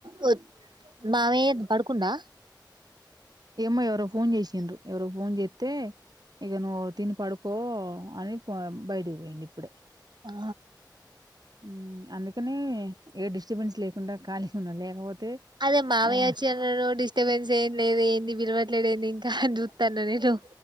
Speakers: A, on the right; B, on the right.
A: వచ్ మావయ్య పడుకుండా
B: ఏమో ఎవరో ఫోన్ జేసిండు ఎవరో పోన్ జెస్తే ఇగ నువ్వు తిని పడుకో అని బైటికీ పోయిండు ఇప్పుడే
A: ఆ
B: హ్మ్ అందుకనే ఏ డిస్టర్బెన్స్ లేకుండా ఖాళీగా ఉన్నా లేకపోతే
A: అదే మామయ్య
B: ఆ
A: <unintelligible> డిస్టర్బెన్స్ ఏం లేదు ఏంది మీరవట్లేదేంది ఇంకా జూతన నేను